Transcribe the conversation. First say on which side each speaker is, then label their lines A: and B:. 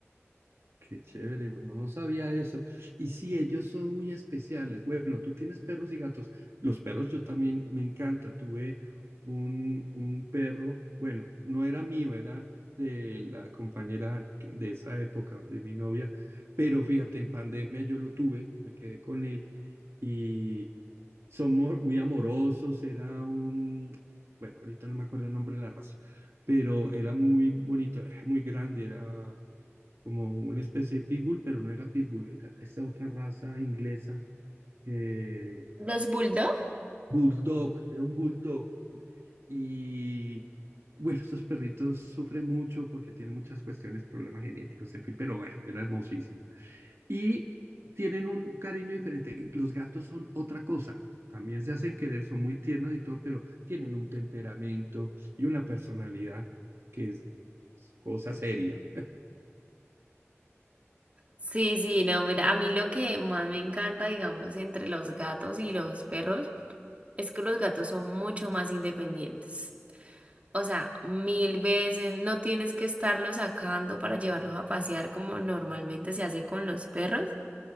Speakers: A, on the right; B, on the right.
A: Qué chévere, bueno, no sabía eso. Y sí, ellos son muy especiales. Bueno, tú tienes perros y gatos. Los perros yo también me encanta. Tuve un, un perro, bueno, no era mío, era de la compañera que- de esa época, de mi novia, pero fíjate, en pandemia yo lo tuve, me quedé con él y somos muy amorosos. Era un, bueno, ahorita no me acuerdo el nombre de la raza, pero era muy bonito, era muy grande, era como una especie de pitbull, pero no era pitbull, era esta otra raza inglesa, eh,
B: Los bulldogs.
A: bulldog, era un bulldog. Y bueno, estos perritos sufren mucho porque tienen muchas cuestiones, problemas genéticos, en fin, pero bueno, era hermosísimo. Y tienen un cariño diferente. Los gatos son otra cosa. También se hacen querer, son muy tiernos y todo, pero tienen un temperamento y una personalidad que es cosa seria.
B: Sí, sí, no, mira, a mí lo que más me encanta, digamos, entre los gatos y los perros es que los gatos son mucho más independientes. O sea, mil veces no tienes que estarlos sacando para llevarlos a pasear como normalmente se hace con los perros,